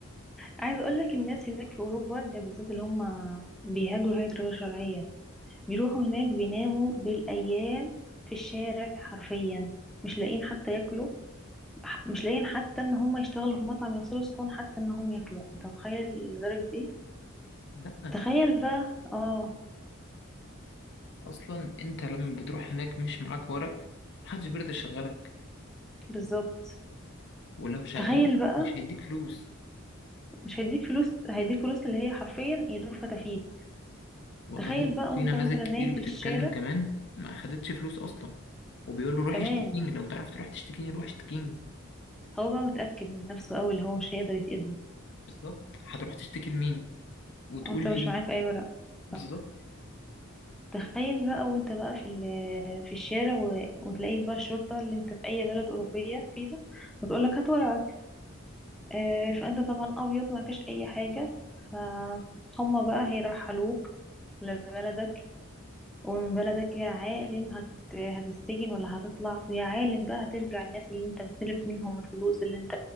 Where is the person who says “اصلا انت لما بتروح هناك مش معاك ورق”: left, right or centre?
Left